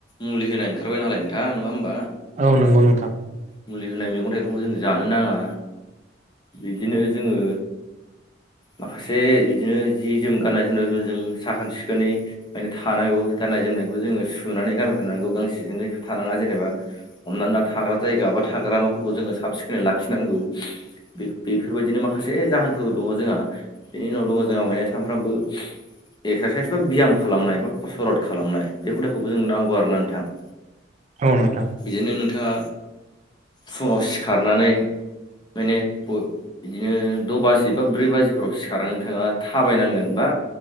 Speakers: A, on the left; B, on the right.
A: मुलि होनाय ओंखारबाय नालाय नोंथां नङा होमबा?
B: औ नंगौ नोंथां।
A: मुलि होनाय मेगं थाइगंखौ जों जानो नाङा बिब्दिनो जोङो माखासे इदिनो जि जोम गाननाय जोमनाय <unintelligible> जों साखोन सिखोनै माने थानागौ गाननाय जोमनायखौ जोङो सुनानै गानबाय थानांगौ गांसेजोंनो थानाङा जेनेबा हमना ला थाग्रा जायगा बा थाग्रा न'फोरखौ जोङो साब सिखोनै लाखिनांगौ। बे-बेफोरबायदिनो माखासे जाहोनफोरबो दङ जोंहा बिनि उनाव दङ जोंहा माया सानफ्रामबो एक्सारसाइस बा बियाम खालामनाय बा कस'रत खालामनाय बे हुदाखौबो जोंनो नांगौ आरोना नोंथां। <inaudible>
B: औ नोंथां।
A: बिदिनो नोंथाङा फुङाव सिखारनानै माने ब बिदिनो द' बाजि बा ब्रै बाजिफोराव सिखारना नोंथाङा थाबायनांगोन बा